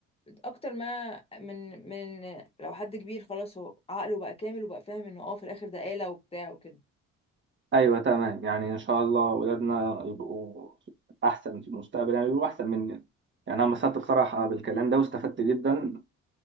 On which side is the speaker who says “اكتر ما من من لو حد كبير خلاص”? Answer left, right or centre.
Left